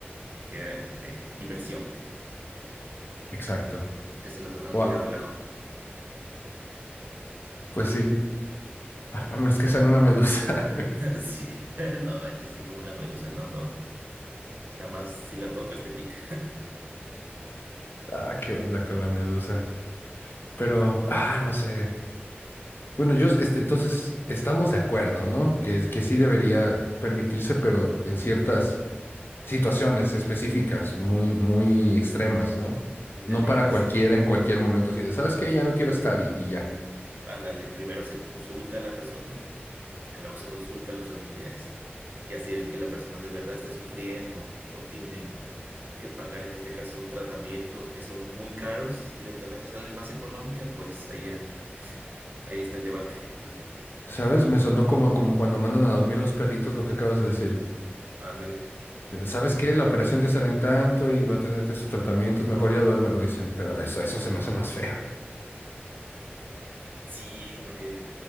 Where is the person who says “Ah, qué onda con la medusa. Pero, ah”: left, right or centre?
Left